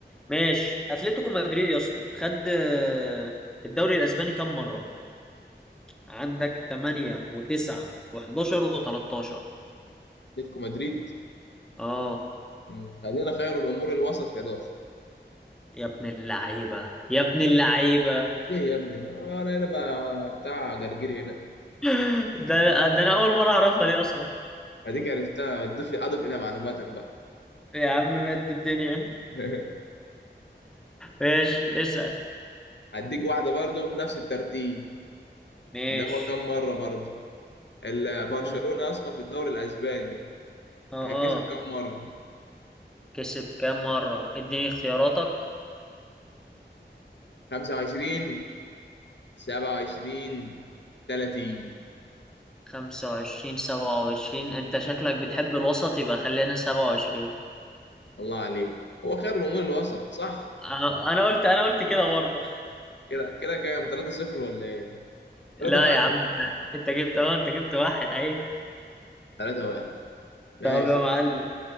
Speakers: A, in the centre; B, on the left.
A: ماشي اتلتيكو مدريد يا اسطى خد آه، الدوري الاسباني كام مره عندك 8 و9 و11 و13
B: اتلتيكو مدريد
A: اه
B: مم. خلينا خير الامور الوسط 11
A: يا ابن اللعيبه يا ابن اللعيبه
B: امال ايه يا ابني ما انا ما انا أنا بقى بتاع جرجير هنا
A: <laughs> ده ده انا اول مره اعرفها دي اصلا
B: اديك عرفتها اضيف اضيف الى معلوماتك بقى
A: يا عم مد الدنيا
B: <laughs>
A: ماشي اسال
B: هديك واحدة برضه في نفس الترتيب
A: ماشي
B: اللي هو كم مرة برضه ال- برشلونة
A: اوه
B: يا اسطى في الدوري الأسباني
A: اه
B: كسب كم مرة؟
A: كسب كام مره اديني اختياراتك
B: 25 27 30
A: خمسة وعشرين سبعة وعشرين أنت شكلك بتحب الوسط يبقى خلينا سبعة وعشرين
B: الله عليك هو خير الأمور الوسط صح؟
A: انا أنا قلت انا قلت كده برضه
B: كده كده كام؟ 3-0 ولا إيه؟
A: لا
B: 3-1
A: يا عم أنت أنت جبت أه أنت جبت واحد عيب
B: 3-1 ماشي
A: طب يا معلم